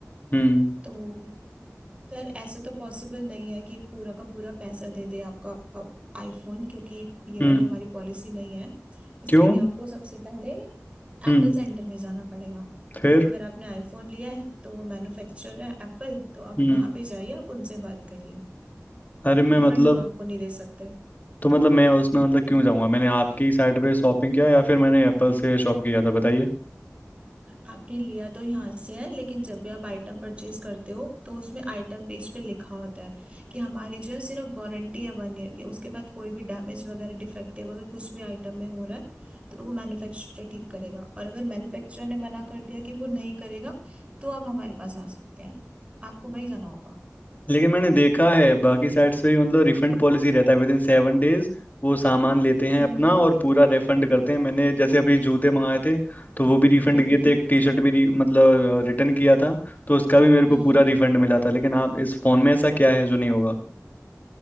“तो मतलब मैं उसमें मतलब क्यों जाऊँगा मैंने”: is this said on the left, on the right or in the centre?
Left